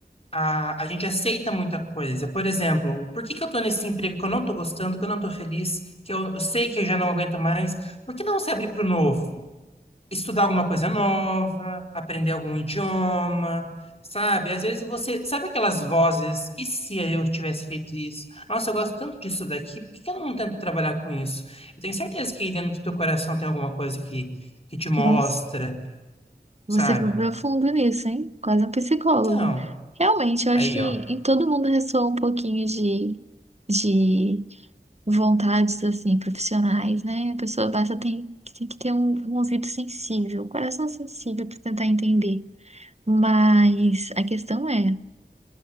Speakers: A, on the left; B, on the right.
A: a, a gente aceita muita coisa. Por exemplo, por que que eu tô nesse emprego que eu não tô gostando, que eu não tô feliz, que eu sei que eu já não aguento mais? Por que não se abrir para o novo? Estudar alguma coisa nova, aprender algum idioma, sabe? Às vezes você... Sabe aquelas vozes? E se eu tivesse feito isso? Nossa, eu gosto tanto disso daqui, por que que eu não tento trabalhar com isso? Eu tenho certeza que aí dentro do teu coração tem alguma coisa que, que te mostra,
B: Nossa.
A: sabe?
B: Você foi profundo nisso, hein? Quase um psicólogo.
A: Então,
B: Realmente, eu
A: aí,
B: acho que em
A: ó.
B: todo mundo ressoa um pouquinho de, de vontades, assim, profissionais, né? A pessoa basta tem, tem que ter um, um ouvido sensível, um coração sensível para tentar entender. Mas a questão é,